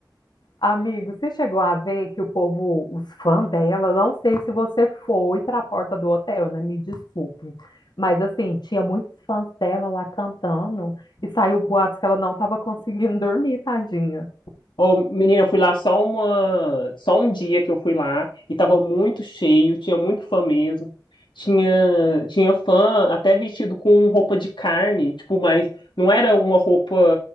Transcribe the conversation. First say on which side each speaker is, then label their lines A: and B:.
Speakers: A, on the left; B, on the left.
A: Amigo, você chegou a ver que o povo, os fãs dela, não sei se você foi para a porta do hotel, né? Me desculpe. Mas assim, tinha muitos fãs dela lá cantando e saiu boatos que ela não estava conseguindo dormir, tadinha.
B: Ô, menina, eu fui lá só uma, só um dia que eu fui lá e tava muito cheio, tinha muito fã mesmo. Tinha, tinha fã até vestido com roupa de carne, tipo, mas não era uma roupa